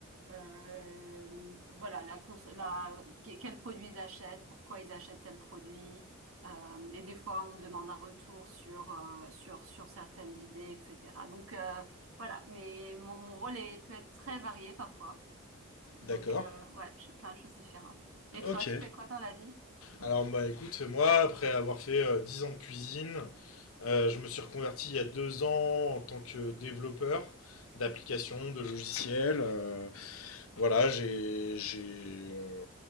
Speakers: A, on the right (about 80°); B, on the left (about 80°).
A: Euh, voilà, la cons- la- que- quels produits ils achètent, pourquoi ils achètent tel produit. Euh, et des fois, on demande un retour sur, euh, sur, sur certaines idées, etc. Donc, euh, voilà, mais mon, mon rôle est, peut être très varié parfois. Donc,
B: D'accord.
A: euh, ouais, je fais plein de choses différentes. Et toi,
B: Ok.
A: tu fais quoi dans la vie?
B: Alors bah écoute, moi, après avoir fait euh, 10 ans de cuisine, euh, je me suis reconverti il y a deux ans en tant que développeur d'applications, de logiciels. euh, voilà, j'ai, j'ai, euh,